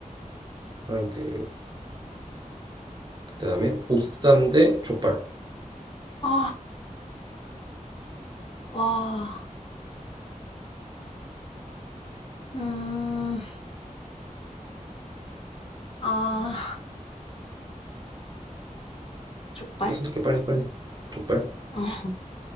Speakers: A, on the right (about 30°); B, on the left (about 40°).
A: 후라이드. 그 다음에 보쌈 대 족발.
B: 아, 와. 음, 아. 족발?
A: 왜 선택해? 빨리, 빨리. 족발.
B: 어.